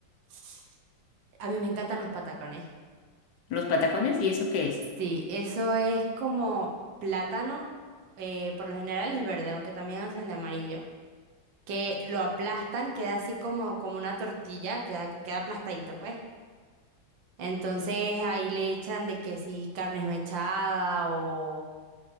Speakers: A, on the right; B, on the left.
A: <sniffs> a mí me encantan los patacones.
B: ¿Los patacones? ¿Y eso qué es?
A: Sí, eso es como plátano, eh, por lo general es verde, aunque también hacen de amarillo, que lo aplastan, queda así como, como una tortilla, queda, queda aplastadito, pues. Entonces ahí le echan de que sí, carne esmechada o,